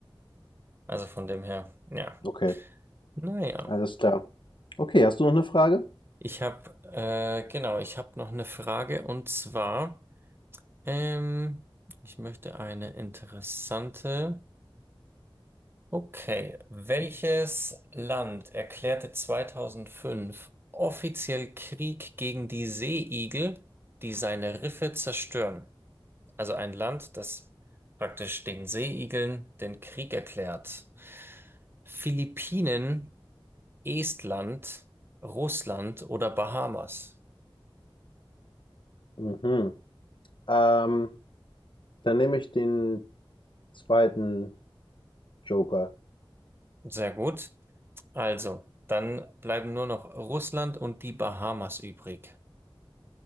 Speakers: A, on the right; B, on the left.
A: Also von dem her, ja,
B: Okay,
A: naja.
B: alles klar. Okay, hast du noch eine Frage?
A: Ich habe, äh, genau, ich habe noch eine Frage und zwar, ähm, ich möchte eine interessante. Okay, welches Land erklärte 2005 offiziell Krieg gegen die Seeigel, die seine Riffe zerstören? Also ein Land, das praktisch den Seeigeln den Krieg erklärt. Philippinen, Estland, Russland oder Bahamas?
B: Mhm. Ähm, dann nehme ich den zweiten Joker.
A: Sehr gut. Also, dann bleiben nur noch Russland und die Bahamas übrig.